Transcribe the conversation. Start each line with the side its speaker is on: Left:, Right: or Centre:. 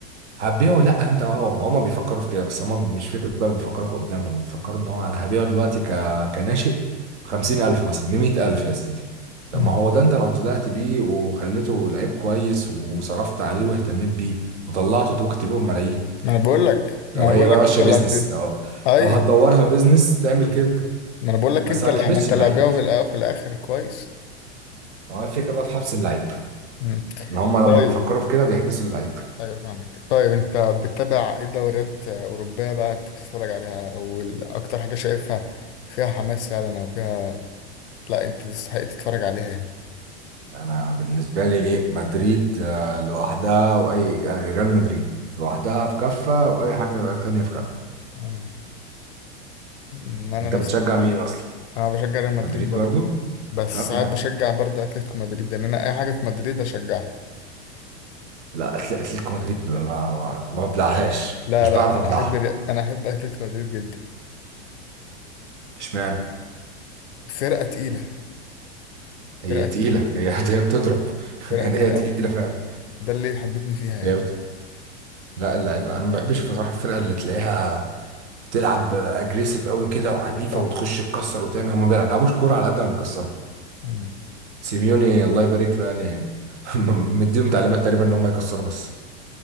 Right: هتبيعه لا انت هو هما بيفكروا في كده بس هما مش فكرة بقى بيفكروا في قدامهم بيفكروا ان هو انا هبيعه دلوقتي ك... كناشئ بخمسين ألف مثلا بمية ألف يا سيدي طب
Left: مم.
Right: ما هو ده انت لو طلعت بيه وخليته لعيب كويس وصرفت عليه واهتميت بيه وطلعته توكت بيه ملايين
Left: ما أنا بقول لك ما
Right: لو
Left: أنا
Right: هي
Left: بقول
Right: بقى
Left: لك
Right: ماشية
Left: أنت اللي
Right: بيزنس
Left: هت...
Right: لو
Left: أيوه
Right: لو هتدورها بيزنس تعمل كده
Left: ما أنا بقول لك
Right: بس
Left: أنت
Right: ما
Left: اللي
Right: تحبسش
Left: ما أنت
Right: اللعيب
Left: اللي هتبيعه في الآ- في الآخر كويس
Right: ما هو الفكرة بقى في حبس اللعيب
Left: مم.
Right: ان هما لما
Left: طيب
Right: بيفكروا في كده بيحبسوا اللعيب
Left: ايوه فاهمك طيب انت بتتابع ايه دوريات اوروبيه بقى انت بتتفرج عليها او ال- اكتر حاجه شايفها فيها حماس فعلا او فيها لا انت تستحق تتفرج عليها يعني
Right: انا بالنسبه لي مدريد آه، لوحدها واي آه، ريال مدريد لوحدها في كفه واي حاجه تانية في كفه
Left: آه. ما انا
Right: انت
Left: نفسي
Right: بتشجع
Left: كده
Right: مين اصلا
Left: انا بشجع ريال مدريد
Right: مدريد
Left: برضه
Right: برضو
Left: بس
Right: طب
Left: ساعات
Right: يا عم
Left: بشجع برضه اتلتيكو مدريد لان انا اي حاجه في مدريد اشجعها
Right: لا أتل- اتلتيكو مدريد ما ما, ما بلعهاش
Left: لا
Right: مش
Left: لا
Right: بعرف
Left: انا
Right: ابلعها
Left: احب ري- انا احب اتلتيكو مدريد جدا
Right: اشمعنى
Left: فرقه تقيله
Right: هي
Left: فرقه
Right: تقيله
Left: تقيله
Right: هي <laughs> هي بتضرب <laughs>
Left: فرقه
Right: يعني
Left: تقيله
Right: هي تقيله
Left: قوي
Right: فعلا
Left: ده اللي يحببني فيها يعني
Right: هي بت... لا اللعيبه انا ما بحبش بصراحه الفرقه اللي تلاقيها بتلعب اجريسيف قوي كده وعنيفه
Left: ايوه فاهمك
Right: وتخش تكسر وتعمل هم ما بيلعبوش كوره على قد ما بيكسروا
Left: مم.
Right: سيميوني الله يبارك له يعني <laughs> مديهم تعليمات تقريبا ان هم يكسروا بس